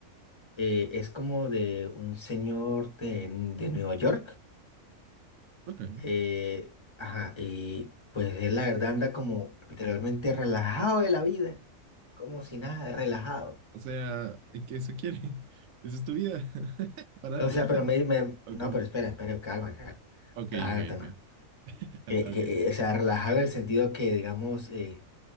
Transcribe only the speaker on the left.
Eh, es como de un señor de, de Nueva York.
eh, ajá, y pues él la verdad anda como literalmente relajado de la vida, como si nada, relajado.
O
sea, pero me, me-
no,
pero espera, espera, calma, calma.
Ah, no,
no.
Que- que,
eh, o sea, relajado en el sentido que, digamos, eh,